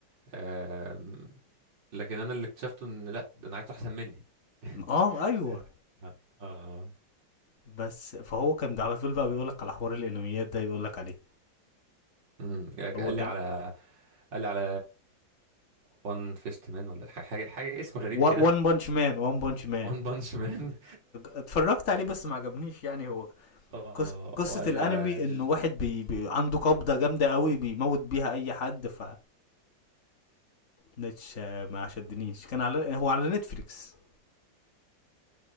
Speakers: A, on the right; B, on the left.
A: آم... لكن انا اللي اكتشفته ان لا ده انا عايز احسن مني
B: اه
A: <laughs>
B: ايوه
A: يعني. اه آه.
B: بس فهو كان على طول بقى بيقولك على حوار الانميات ده يقولك عليه
A: امم
B: هو
A: قال
B: ده
A: لي على
B: ال-
A: قال لي على وان فيست مان ولا ح- حاجه حاجه اسم غريب
B: و-
A: كده
B: وان بانش مان وان بانش
A: <laughs>
B: مان
A: وان بانش مان
B: اتفرجت عليه بس ما عجبنيش يعني هو
A: <laughs> اه
B: قص- قصة
A: وقال
B: الانمي
A: لي على
B: انه
A: جوز...
B: واحد بي... بي... عنده قبضة جامدة قوي بيموت بيها اي حد ف مش ما شدنيش كان على هو على نتفليكس